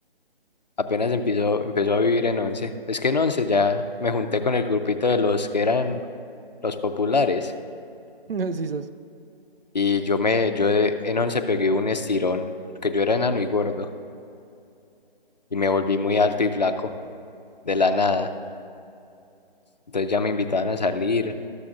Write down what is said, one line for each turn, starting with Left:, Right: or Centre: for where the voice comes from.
Left: Apenas empezó, empezó a vivir en Once. Es que en Once ya me junté con el grupito de los que eran los populares.
Right: <laughs> Así es.
Left: Y yo me, yo de- en Once pegué un estirón, que yo era enano y gordo. Y me volví muy alto y flaco, de la nada. Entonces ya me invitaban a salir,